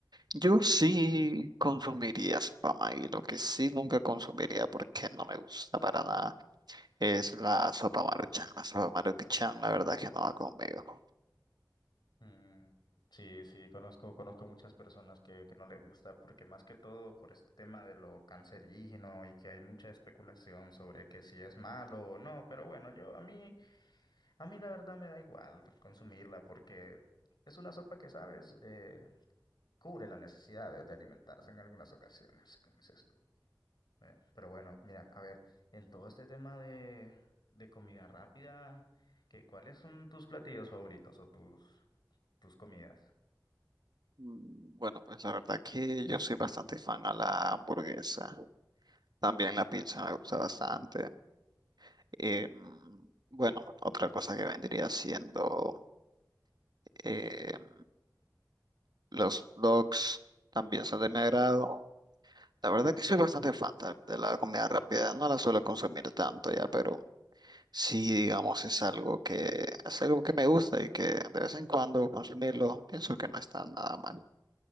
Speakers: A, on the right; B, on the left.
A: yo sí consumiría sopa maíz, lo que sí nunca consumiría porque no me gusta para nada es la sopa maruchan. La sopa maruchan, la verdad que no va conmigo.
B: Mm, sí, sí, conozco, conozco muchas personas que, que no le gusta, porque más que todo por este tema de lo cancerígeno y que hay mucha especulación sobre que si es malo o no, pero bueno, yo a mí, a mí la verdad me da igual consumirla porque es una sopa que, sabes, eh, cubre las necesidades de alimentarse en algunas ocasiones, como dices tú. Eh, pero bueno, mira, a ver, en todo este tema de, de comida rápida, ¿qué, cuáles son tus platillos favoritos o tus, tus comidas?
A: Mm, Bueno, pues la verdad que yo soy bastante fan a la hamburguesa. También la pizza me gusta bastante. Em, bueno, otra cosa que vendría siendo em, los dogs también son de mi agrado. La verdad que soy bastante fan ta- de la comida rápida. No la suelo consumir tanto ya, pero sí, digamos, es algo que es algo que me gusta y que de vez en cuando consumirlo pienso que no está nada mal.